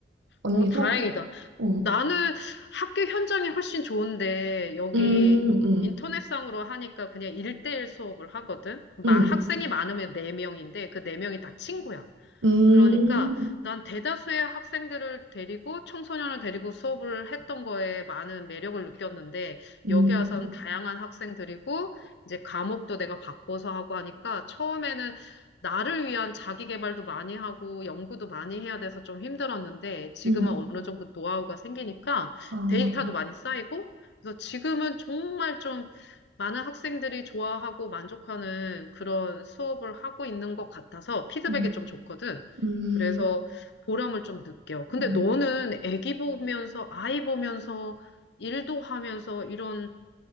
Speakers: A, on the right; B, on the left.
A: 언니도?
B: 어, 다행이다.
A: 응.
B: 나는 학교 현장이 훨씬 좋은데, 여기
A: 음, 음,
B: 인터넷상으로 하니까 그냥 일대일 수업을 하거든? 마,
A: 음,
B: 학생이 많으면 네명인데그 네명이다 친구야.
A: 음,
B: 그러니까 난 대다수의 학생들을 데리고 청소년을 데리고 수업을 했던 거에 많은 매력을 느꼈는데
A: 음,
B: 여기 와서는 다양한 학생들이고 이제 과목도 내가 바꿔서 하고 하니까 처음에는 나를 위한 자기 개발도 많이 하고 연구도 많이 해야 돼서 좀 힘들었는데 지금은
A: 음,
B: 어느 정도 노하우가 생기니까
A: 아,
B: 데이터도 많이 쌓이고 그래서 지금은 정말 좀 많은 학생들이 좋아하고 만족하는 그런 수업을 하고 있는 것 같아서 피드백이
A: 음,
B: 좀 좋거든.
A: 음.
B: 그래서 보람을 좀 느껴. 근데
A: 음.
B: 너는 애기 보면서, 아이 보면서, 일도 하면서 이런